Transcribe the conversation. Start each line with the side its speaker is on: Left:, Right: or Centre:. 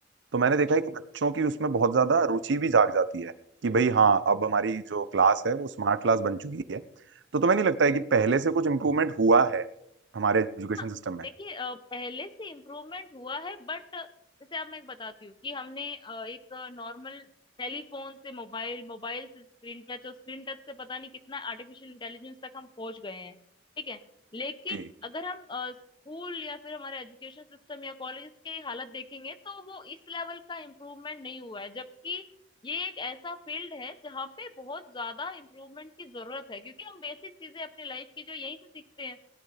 Right: तो मैंने देखा है कि बच्चों की उसमें बहुत ज्यादा रुचि भी जाग जाती है कि भाई हाँ अब हमारी जो क्लास है वो स्मार्ट क्लास बन चुकी है तो तुम्हें नहीं लगता है कि पहले से कुछ इम्प्रूवमेंट हुआ है हमारे एजुकेशन
Left: हाँ,
Right: सिस्टम में
Left: देखिए अ, पहले से इम्प्रूवमेंट हुआ है बट जैसे अब मैं एक बताती हूँ कि हमने अ, एक नॉर्मल टेलीफोन से मोबाइल मोबाइल से स्क्रीन टच और स्क्रीन टच से पता नहीं कितना आर्टिफिशियल इंटेलिजेंस तक हम पहुंच गए हैं ठीक है लेकिन
Right: जी
Left: अगर हम स्कूल या फिर हमारे एजुकेशन सिस्टम या कॉलेज के हालत देखेंगे तो वो इस लेवल का इम्प्रूवमेंट नहीं हुआ है जबकि ये एक ऐसा फील्ड है जहाँ पे बहुत ज्यादा इम्प्रूवमेंट की जरूरत है क्योंकि हम बेसिक चीजें अपनी लाइफ की जो यहीं से सीखते हैं